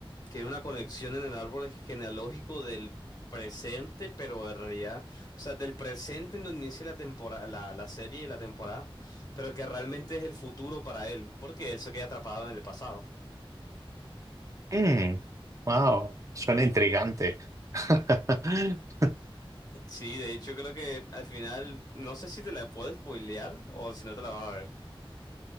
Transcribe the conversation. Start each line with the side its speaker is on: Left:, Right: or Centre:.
Left: tiene una conexión en el árbol genealógico del presente, pero en realidad, o sea, del presente en donde inicia la temporada, la, la serie y la temporada, pero que realmente es el futuro para él, porque él se queda atrapado en el pasado.
Right: Mm, wow, suena intrigante. <laughs>
Left: Sí, de hecho creo que al final, no sé si te la puedo spoilear o si no te la vas a ver.